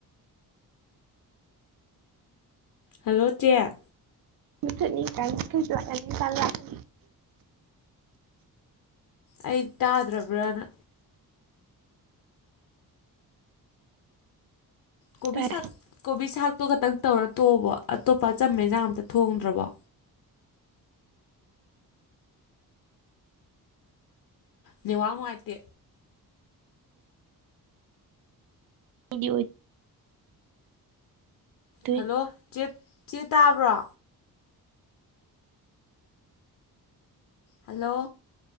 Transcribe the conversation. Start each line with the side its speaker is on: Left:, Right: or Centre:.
Left: ꯍꯜꯂꯣ ꯆꯦ
Right: ꯃꯨꯊꯠꯅꯤ <unintelligible>
Left: ꯑꯩ ꯇꯥꯗ꯭ꯔꯕ꯭ꯔꯥꯅ ꯀꯣꯕꯤ
Right: ꯇꯥꯏ
Left: ꯁꯥꯛ ꯀꯣꯕꯤ ꯁꯥꯛꯇꯣ ꯈꯛꯇꯪ ꯇꯧꯔ ꯇꯣꯛꯑꯕ‌ꯣ ꯑꯇꯣꯞꯄ ꯑꯆꯝꯕ ꯑꯦꯟꯖꯥꯡ ꯑꯝꯇ ꯊꯣꯡꯗ꯭ꯔꯕꯣ ꯅ‌ꯦꯋꯥꯥꯛ ꯅꯨꯡꯉꯥꯏꯇꯦ
Right: ꯗꯤ ꯑꯣꯏ ꯑꯣꯏꯗꯣꯏꯅꯤ
Left: ꯍꯜꯂ‌ꯣ ꯆ‌ꯦ ꯆꯦ ꯇꯥꯕ꯭ꯔꯣ ꯍꯜꯂꯣ